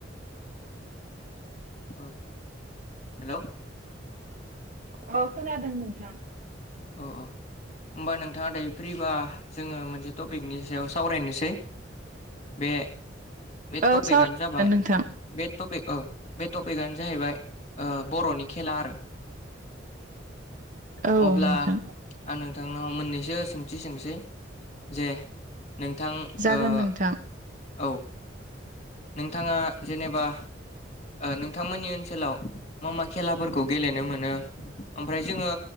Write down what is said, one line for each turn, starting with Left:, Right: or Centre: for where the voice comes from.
Left: औ हेलौ।
Right: अ खोनादों नोंथां।
Left: अ होमबा नोंथाङा दायो फ्रिबा जोङो मोनसे टपिकनि सायाव सावरायनोसै। बे बे
Right: औ
Left: टपिकआनो
Right: सावरायजागोन
Left: जाबाय।
Right: नोंथां
Left: बे टपिक औ बे टपिकआनो जाहैबाय बर'नि खेला आरो।
Right: औ
Left: अब्ला
Right: नोंथां
Left: आं नोंथांनाव मोननैसो सोंथि सोंसै जे नोंथां
Right: जागोन
Left: ओ
Right: नोंथां
Left: नोंथाङा जेनेबा नोंथांमोननि ओनसोलाव मा मा खेलाफोरखौ गेलेनो मोनो? ओमफ्राय जोङो